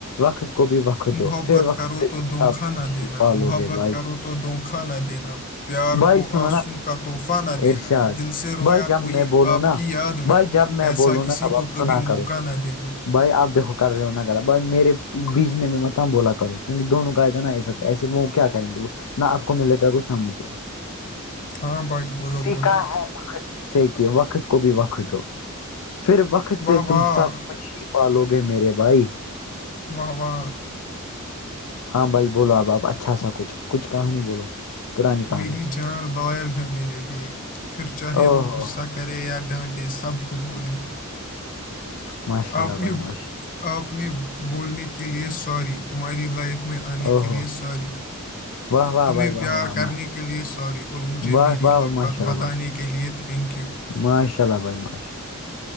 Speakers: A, on the left; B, on the left.
A: وقت کو بھی وقت دو
B: محبت
A: پھر وقت
B: کرو
A: پہ
B: تو
A: تم
B: دھونکھا
A: سب کچھ
B: نہ دینا
A: ہی پالو
B: محبت
A: گے بھائی
B: کرو تو دونکھوا نہ دینا پیار
A: بھائی
B: کو
A: سنو
B: آنسوں
A: نا
B: کا تحفہ نہ دینا
A: ارشاد
B: دل سے رویا
A: بھائی جب
B: کوئی
A: میں بولوں
B: آپ
A: نا
B: کی یاد میں
A: بھائی جب میں
B: ایسا
A: بولوں
B: کسی
A: نا تب آپ
B: کو
A: سنا
B: کبھی
A: کرو
B: موقع نہ دینا
A: بھائی آپ دیکو کر رہے ہو ن کرا بھائی میرے بیچنے میں متم بولا کرو کیونکہ دونوں کائے گ نا افیکٹ ایسے وہ کیا کریں گے وہ نہ آپ کو ملے گا کچھ نہ مجھے
B: ہاں بھائی بولو
A: سیکھا
B: بولو
A: ہے وقت سے کہ وقت کو بھی وقت دو پھر وقت
B: واہ
A: پہ تم
B: واہ
A: سبھ پالو گے میرے بھائی
B: واہ واہ
A: ہاں بھائی بولو اب آپ اچھا سا کچھ کچھ کہانی بولو پرانی کہانی
B: میری جان لائل ہے میرے لیے پھر چاہے
A: او
B: وہ
A: ہو
B: غصہ کرے یا ڈانٹے سب قبولے
A: ماشاء اللہ
B: آپ نے
A: بھائی ماشاء اللہ
B: آپ نے بولنے کے لیے سوری تمہاری لائف میں آنے
A: او
B: کے
A: ہو
B: لے سوری
A: واہ واہ
B: تمہیں
A: بھائی واہ
B: پیار
A: واہ
B: کرنے
A: ماش
B: کے لئے سوری اور مجھے
A: واہ
B: میری
A: واہ
B: اوقات
A: ماشاء اللہ
B: بتانے
A: بھائی
B: کے لیئے تھینک یو
A: ماشاء اللہ بھائی ماشالہ